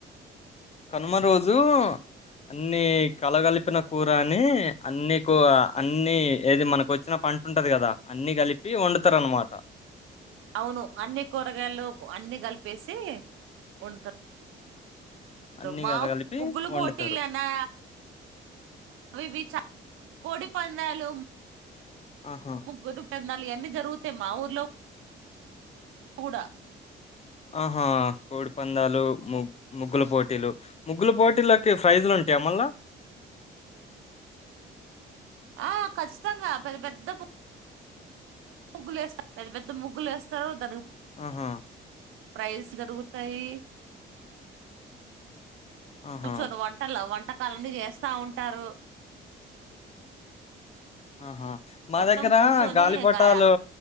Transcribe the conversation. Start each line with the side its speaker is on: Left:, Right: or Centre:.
Left: కనుమ రోజు అన్ని కలగలిపిన కూరని అన్ని కూ అన్ని ఏది మనకు వచ్చిన పంటుంటది కదా అన్ని కలిపి పి వండుతారన్నమాట
Right: అవును అన్ని కూరగాయలు అన్ని కలిపేసి ఉంట
Left: అన్నీ
Right: మా
Left: గలగలిపి
Right: ముగ్గుల పోటీలనా
Left: వండుతారు.
Right: అవి చ కోడిపందాలూ
Left: ఆహా!
Right: ముగ్గు <unintelligible> ళవన్నీ జరుగుతయ్ మా ఊర్లో కూడా
Left: ఆహా కోడిపందాలు ముగ్ ముగ్గుల పోటీలు ముగ్గుల పోటీలకి ప్రైజలు ఉంటాయ మల్ల
Right: ఆ ఖచ్చితంగా పెద పెద్ద ముగ్గులు వేస్తారు పెద పెద్ద ముగ్గులు వేస్తారు దానికి
Left: ఆహా
Right: ప్రైజ్ జరుగుతాయి
Left: ఆహా!
Right: <unintelligible> వంట ళని చేస్తా ఉంటారు
Left: ఆహా మా
Right: మొత్తం
Left: దగ్గర
Right: కూర్చొని
Left: గాలిపటాలు
Right: ఇంకా